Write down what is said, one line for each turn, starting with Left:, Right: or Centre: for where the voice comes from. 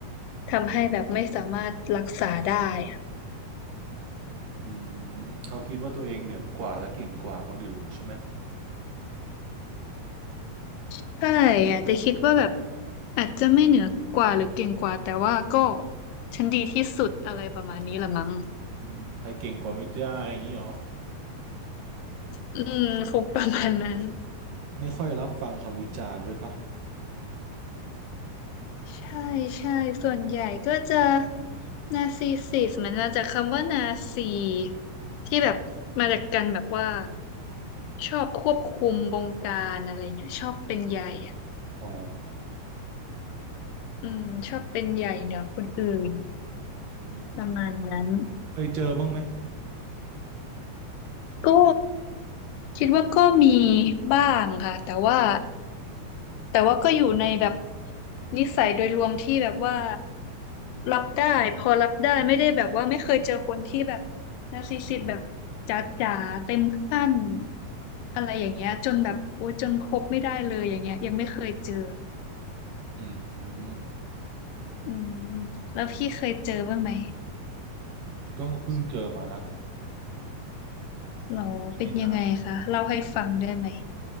Left: ทำให้แบบไม่สามารถรักษาได้อะ
Right: อืมเขาคิดว่าตัวเองเหนือกว่าและเก่งกว่าคนอื่นใช่ไหม
Left: ใช่อาจจะคิดว่าแบบอาจจะไม่เหนือกว่าหรือเก่งกว่าแต่ว่าก็ฉันดีที่สุดอะไรประมาณนี้ละมั้ง
Right: อืมใครเก่งกว่าไม่ได้อย่างนี้หรอ
Left: อืมคงประมาณนั้น
Right: ไม่ค่อยรับฟังคำวิจารณ์ด้วยปะ
Left: ใช่ใช่ส่วนใหญ่ก็จะนาร์ซิสซิสมันมาจากคำว่านาซีที่แบบมาจากกันแบบว่าชอบควบคุมบงการอะไรเงี้ยชอบเป็นใหญ่อะ
Right: อ๋อ
Left: อืมชอบเป็นใหญ่เหนือคนอื่น
Right: อืม
Left: ประมาณนั้น
Right: เคยเจอบ้างไหม
Left: ก็คิดว่าก็มีบ้างค่ะแต่ว่าแต่ว่าก็อยู่ในแบบนิสัยโดยรวมที่แบบว่ารับได้พอรับได้ไม่ได้แบบว่าไม่เคยเจอคนที่แบบนาร์ซิสซิสต์แบบจ๋าๆเต็มขั้นอะไรอย่างเงี้ยจนแบบโอ้จนคบไม่ได้เลยอย่างเงี้ยยังไม่เคยเจอ
Right: อืมอืม
Left: อืมแล้วพี่เคยเจอบ้างไหม
Right: ก็เพิ่งเจอมานะ
Left: หรอเป็นยังไงคะเล่าให้ฟังได้ไหม
Right: ไม่นานนะ